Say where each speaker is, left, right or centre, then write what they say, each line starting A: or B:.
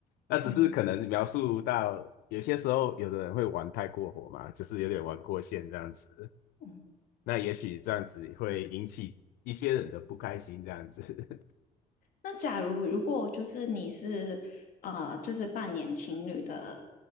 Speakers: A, on the left; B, on the left.
A: 那只是可能描述到有些时候，
B: 嗯
A: 有的人会玩太过火嘛，就是有点玩过线这样子。
B: 嗯
A: 那也许这样子会引起一些人的不开心，这样子。
B: 那假如如果就是你是呃，就是扮演情侣的